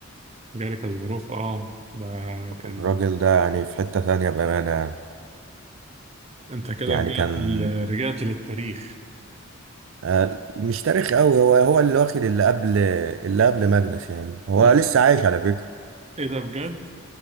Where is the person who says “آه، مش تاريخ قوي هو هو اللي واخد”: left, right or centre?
Right